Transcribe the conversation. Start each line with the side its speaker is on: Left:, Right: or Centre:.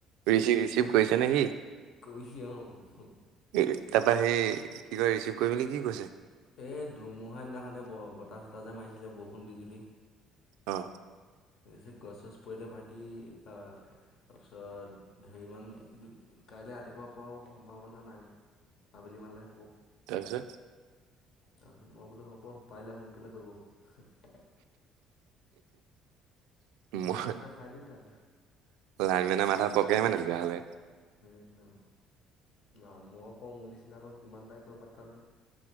Right: ৰিচিভ ৰিচিভ কৰিছে নে সি।
Left: কৰিছে অহ।
Right: তাৰপৰা সেই কি কয় ৰিচিভ কৰি পিনে কি কৈছে।
Left: এই ধুমুহা দিনাখনে ব বতাহ চতাহ যে মাৰিছিলে বৰষুণ বিজুলী।
Right: অ।
Left: পিছে গছ চছ পৰিলে ভাইটি আ তাৰপিছত হেৰিমান। কাইলৈ ৰাতিপুৱা পোৱাও সম্ভাৱনা নাই আবেলি মানে।
Right: তাৰপিছত।
Left: তাৰপিছত মই বোলে হ'ব পাৰিলে সোনকালে কৰিব। মাথা
Right: মই
Left: চাথা খাই দিওঁ তাক
Right: লাইনমেনৰ মাথা। বকে মানে তেতিয়া হ'লে।
Left: একদম না মই কওঁ মোৰ নিচিনা আকৌ। কিমানটাই কয় পত্তা নাই।